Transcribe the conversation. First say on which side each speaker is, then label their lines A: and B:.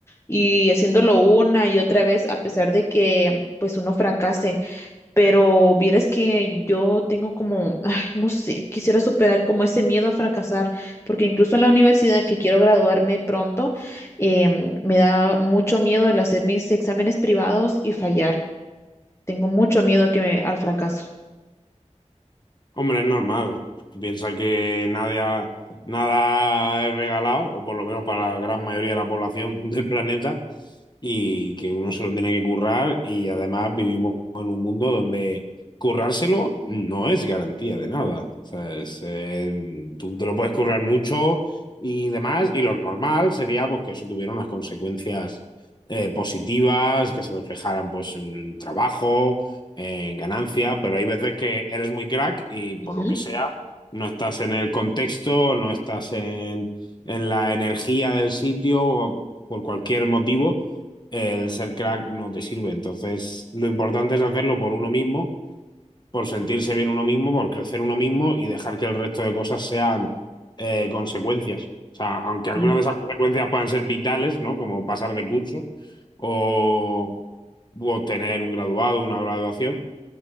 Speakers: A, on the left (about 20°); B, on the left (about 35°).
A: Y haciéndolo una y otra vez, a pesar de que pues uno fracase Pero vieras que yo tengo como, ah, no sé, quisiera superar como ese miedo a fracasar, porque incluso en la universidad que quiero graduarme pronto, em, me da mucho miedo el hacer mis exámenes privados y fallar. Tengo mucho miedo que me- al fracaso.
B: Hombre, es normal. Piensa que nada, nada es regalado, o por lo menos para la gran mayoría de la población <laughs> del planeta, y que uno se lo tiene que currar. Y además vivimos en un mundo donde currárselo no es garantía de nada. ¿sabes? Eh, tú te lo puedes currar mucho y demás, y lo normal sería pues, que eso tuviera unas consecuencias eh, positivas, que se reflejaran pues, en el trabajo en ganancia, pero hay veces que eres muy crack y por
A: Ujú,
B: lo que sea, no estás en el contexto, no estás en, en la energía del sitio o por cualquier motivo, el ser crack no te sirve. Entonces, lo importante es hacerlo por uno mismo, por sentirse bien uno mismo, por crecer uno mismo y dejar que el resto de cosas sean eh, consecuencias. O sea, aunque algunas
A: ujú,
B: de esas consecuencias puedan ser vitales, ¿no? Como pasar de curso o, o obtener un graduado, una graduación